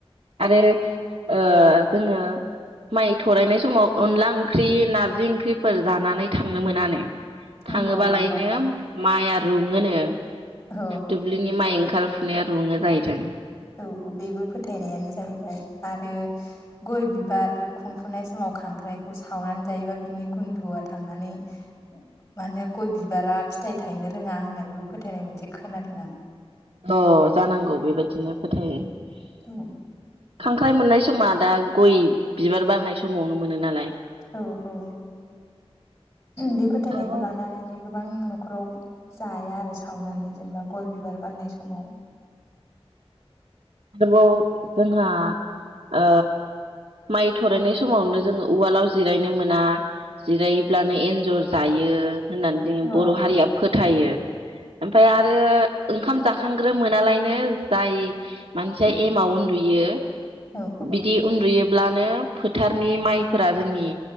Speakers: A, on the right; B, on the left.
A: <unintelligible> ओ जोङो माइ थरायनाय समाव अनला ओंख्रि नारजि ओंख्रिफोर जानानै थांनो मोनानो
B: औ
A: थाङोबालायनो
B: औ माबा
A: माइ आरो रुङोनो
B: औ
A: दुब्लिनि माइ ओंखार रुङो जाहैदों
B: औ बेबो फोथायनायानो जाहैबाय आरो गय बिबार खुंफुनाय समाव खांख्राइखौ सावनानै जायोबा बिनि गुन्दुआ थांनानै मा होनो गय बिबारा फिथाइ थायनो रोङा होननानैबो फोथायनाय मोनसे खोनादों आं
A: अ जानांगौ बेबायदिनो <unintelligible>
B: औ
A: खांख्राइ मोननाय समा दा गय बिबार बारनाय समावनो मोनो नालाय
B: औ औ बे फोथायनायखौ
A: आरोबाव
B: लानानैनो गोबां न'खराव जाया आरो सावनानै जेनेबा गय बिबार बारनाय समाव
A: आरोबाव जोंहा ओ माइ थरायनाय समावनो जोङो उवालाव जिरायनो मोना जिरायोब्लानो एन्जर जायो होननानै जोंङो
B: अ
A: बर' हारिया फोथायो ओमफ्राय आरो ओंखाम जाखांग्रोमोन <unintelligible> बिनो जाय मानसिया एमाव उन्दुयो
B: औ
A: बिदि उन्दुयो अब्लानो फोथारनि माइफोरा जोंनि